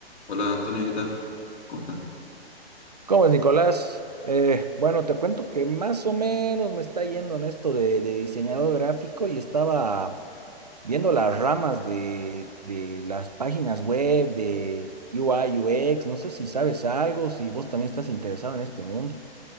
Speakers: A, on the left; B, on the right.
A: Hola Antonio, ¿qué tal? ¿Cómo estás?
B: ¿Cómo es, Nicolás? Eh, bueno, te cuento que más o menos me está yendo en esto de, de diseñador gráfico y estaba viendo las ramas de, de las páginas web, de UI, UX, no sé si sabes algo, si vos también estás interesado en este mundo.